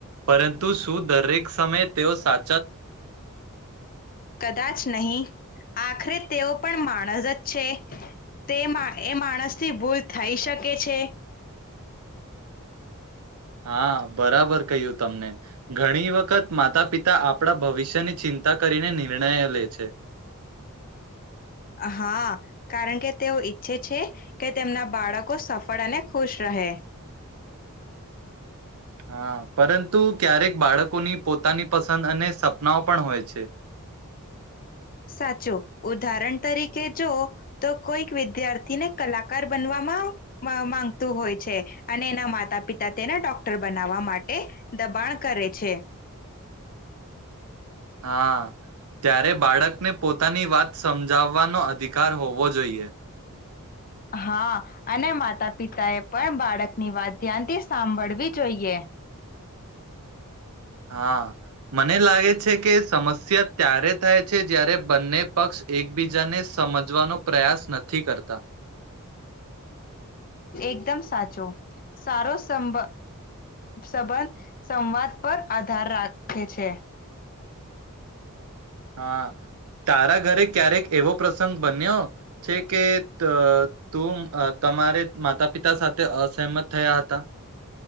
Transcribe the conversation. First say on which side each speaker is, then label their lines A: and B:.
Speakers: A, on the right; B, on the left.
A: પરંતુ શું દરેક સમયે તેઓ સા
B: કદાચ નહી આખરે. તેઓ પણ માણસ જ છે તે એ માણસથી ભૂલ થઈ શકે છે.
A: હા બરાબર કહ્યું તમને ઘણી વખત માતા પિતા આપણા ભવિષ્યની ચિંતા કરીને નિર્ણય લે છે.
B: હા કારણ કે તેઓ ઈચ્છે છે કે તેમના બાળકો સફળ અને ખુશ રહે.
A: હા પરંતુ ક્યારેક બાળકોની પોતાની પસંદ અને સપનાઓ પણ હોય છે.
B: સાચું ઉદાહરણ તરીકે જો તો કોઈક વિદ્યાર્થીને કલાકાર બનવામાં માંગતું હોય છે અને એના માતા પિતા તેને ડોક્ટર બનાવા માટે દબાણ કરે છે.
A: હા ત્યારે બાળકને પોતાની વાત સમજાવવાનો અધિકાર હોવો જોઈએ.
B: હા અને માતા પિતાએ પણ બાળકની વાત ધ્યાનથી સાંભળવી જોઈએ.
A: હા મને લાગે. છે કે સમસ્યા. ત્યારે થાય છે જ્યારે બંને પક્ષ એકબીજાને સમજવાનો પ્રયાસ નથી કરતા.
B: એકદમ સાચો સારો સં સવર સંવાદ પર આધાર રાખે છે.
A: હા તારા ઘરે ક્યારેક એવો પ્રસંગ બન્યો છે કે તું તમારે માતા પિતા સાથે અસહમત થયા હતા.